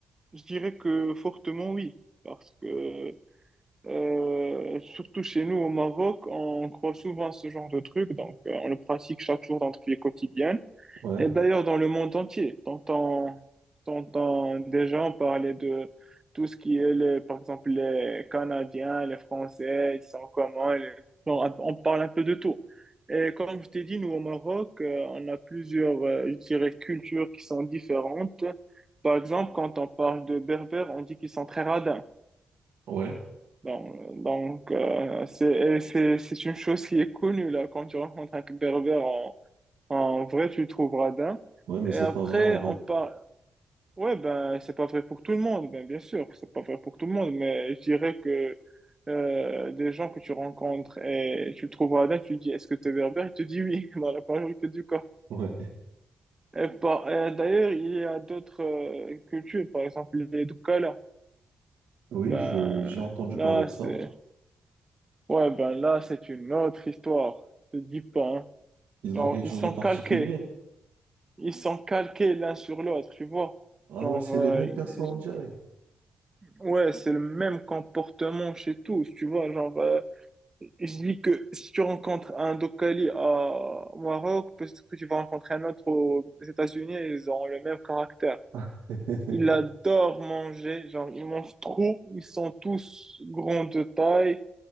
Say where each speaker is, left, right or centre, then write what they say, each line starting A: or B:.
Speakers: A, on the right (about 20°); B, on the right (about 80°).
A: je dirais que fortement oui, parce que euh, surtout chez nous au Maroc, on croit souvent à ce genre de truc, donc euh, on le pratique chaque jour dans notre vie quotidienne.
B: ouais,
A: Et d'ailleurs, dans le monde entier, t'entends, t'entends des gens parler de tout ce qui est, les, par exemple, les Canadiens, les Français, ils sont comment, les- non, on parle un peu de tout. Et comme je t'ai dit, nous, au Maroc, euh, on a plusieurs, euh, je dirais, cultures qui sont différentes. Par exemple, quand on parle de Berbères, on dit qu'ils sont très radins.
B: ouais,
A: Donc, donc, euh, c'est, et c'est, c'est une chose qui est connue, là, quand tu rencontres un Berbère, en vrai, tu le trouves radin.
B: ouais, mais
A: Et
B: c'est
A: après,
B: pas vrai en vrai.
A: on parle. Ouais, ben, c'est pas vrai pour tout le monde, ben, bien sûr, c'est pas vrai pour tout le monde, mais je dirais que euh, des gens que tu rencontres et tu le trouves radin, tu lui dis est-ce que t'es es berbère? Il te dit oui, <laughs> dans la majorité du cas.
B: Ouais.
A: Et, par- et d'ailleurs, il y a d'autres euh, cultures, par exemple les Doukala.
B: Oui,
A: Ben,
B: je, j'ai entendu
A: là,
B: parler de
A: c'est
B: ça.
A: ouais, ben, là, c'est une autre histoire, je te dis pas. hein.
B: Ils
A: Genre,
B: ont quelque
A: ils
B: chose
A: sont
B: de particulier.
A: calqués. ils sont calqués l'un sur l'autre, tu vois.
B: Ah
A: Genre,
B: ouais, c'est
A: euh,
B: les mêmes
A: y-
B: personnes, on dirait.
A: ouais, c'est le même comportement chez tous, tu vois. Genre, euh, je dis que si tu rencontres un Dokali à- au Maroc, peut-être que tu vas rencontrer un autre aux États-Unis, ils ont le même caractère.
B: <laughs>
A: Ils adorent manger, genre, ils mangent trop, ils sont tous grands de taille,